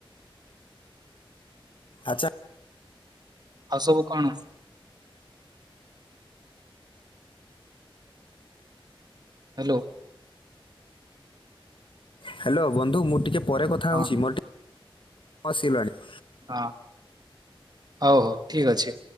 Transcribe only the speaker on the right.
ଆଉ ସବୁ କଣ। ହ୍ୟାଲୋ
ହଁ
ହଁ ହଉ ହଉ ଠିକ ଅଛି